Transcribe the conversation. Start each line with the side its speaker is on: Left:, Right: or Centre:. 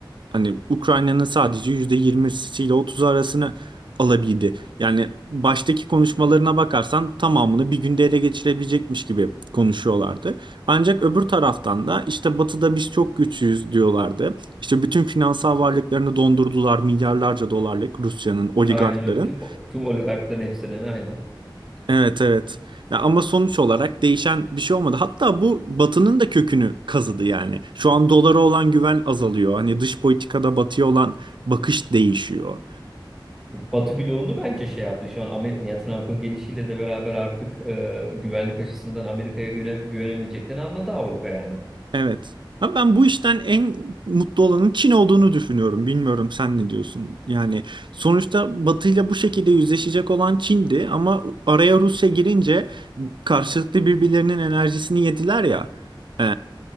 Right: hani Ukrayna'nın sadece %20'si ile 30'u arasını alabildi. Yani baştaki konuşmalarına bakarsan tamamını bir günde ele geçirebilecekmiş gibi konuşuyorlardı. Ancak öbür taraftan da işte Batı'da biz çok güçlüyüz diyorlardı. İşte bütün finansal varlıklarını dondurdular milyarlarca dolarlık Rusya'nın, oligarkların.
Centre: Aynen öyle. Tüm, tüm oligarkların hepsinin aynen.
Right: Evet evet. Ya ama sonuç olarak değişen bir şey olmadı. Hatta bu Batı'nın da kökünü kazıdı yani. Şu an dolara olan güven azalıyor. Hani dış politikada Batı'ya olan bakış değişiyor.
Centre: Batı bloğunu bence şey yaptı. Şu an Amer ya Trump'ın gelişiyle de beraber artık e, güvenlik açısından Amerika'ya güvene- güvenemeyeceklerini anladı Avrupa yani.
Right: Evet. Ama ben bu işten en mutlu olanın Çin olduğunu düşünüyorum. Bilmiyorum sen ne diyorsun? Yani sonuçta Batı ile bu şekilde yüzleşecek olan Çin'di ama araya Rusya girince karşılıklı birbirlerinin enerjisini yediler ya. Ee,